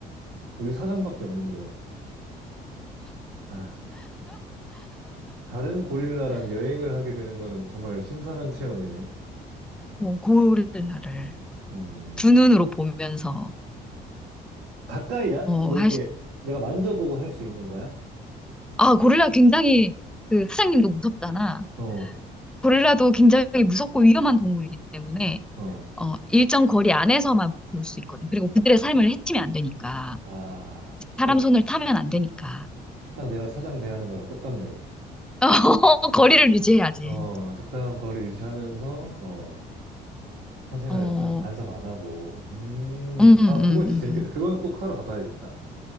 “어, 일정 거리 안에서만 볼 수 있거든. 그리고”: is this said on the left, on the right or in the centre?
Centre